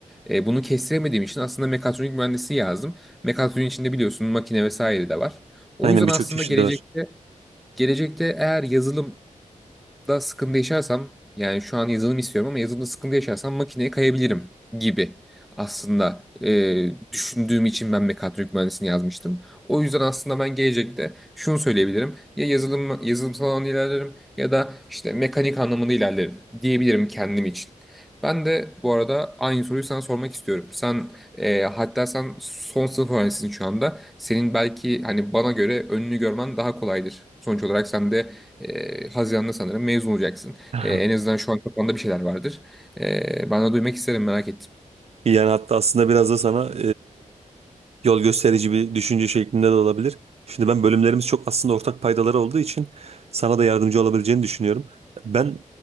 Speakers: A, in the centre; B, on the right (about 50°).
A: E, bunu kestiremediğim için aslında mekatronik mühendisi yazdım. Mekatronik içinde biliyorsun makine vesaire de var. O
B: Aynen
A: yüzden
B: birçok
A: aslında
B: çeşidi
A: gelecekte
B: var.
A: gelecekte eğer yazılım da sıkıntı yaşarsam yani şu an yazılım istiyorum ama yazılımda sıkıntı yaşarsam makineye kayabilirim gibi aslında e, düşündüğüm için ben mekatronik mühendisliğini yazmıştım. O yüzden aslında ben gelecekte şunu söyleyebilirim. Ya yazılım yazılımsal anlamda ilerlerim ya da işte mekanik anlamında ilerlerim diyebilirim kendim için. Ben de bu arada aynı soruyu sana sormak istiyorum. Sen e, hatta sen son sınıf öğrencisisin şu anda. Senin belki hani bana göre önünü görmen daha kolaydır. Sonuç olarak sen de ee, Haziran'da sanırım mezun olacaksın.
B: <laughs>
A: Ee, en azından şu an kafanda bir şeyler vardır. Ee, ben de duymak isterim merak ettim.
B: Yani hatta aslında biraz da sana yol gösterici bir düşünce şeklinde de olabilir. Şimdi ben bölümlerimiz çok aslında ortak paydaları olduğu için sana da yardımcı olabileceğini düşünüyorum. Ben